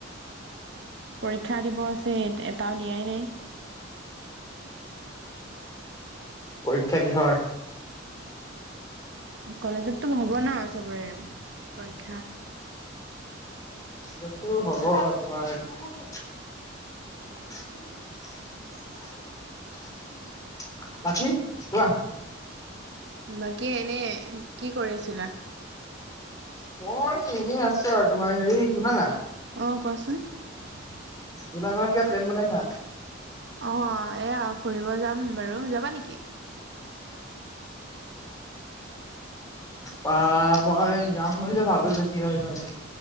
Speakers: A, on the right; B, on the left.
A: পৰীক্ষা দিব আছে, এট-এটাও দিয়াই নাই।
B: পৰীক্ষা কিহৰ?
A: কলেজতটো হ'ব ন' চবৰে পৰীক্ষা।
B: <unintelligible> হ'ব তোমাৰ <inaudible> বাকী কোৱা?
A: বাকী এনে কি কৰি আছিলা?
B: মই এনেই আছো আৰু তোমাৰ হেৰি শুন না।
A: অ' <inaudible>
B: জুলাই মাহত কিবা প্লেন বনাইছা?
A: অ', এয়া ফুৰিব যাম বাৰু, যাবা নেকি?
B: পা মই যাম বুলিতো ভাবিছোঁ কি হয় বা এতিয়া।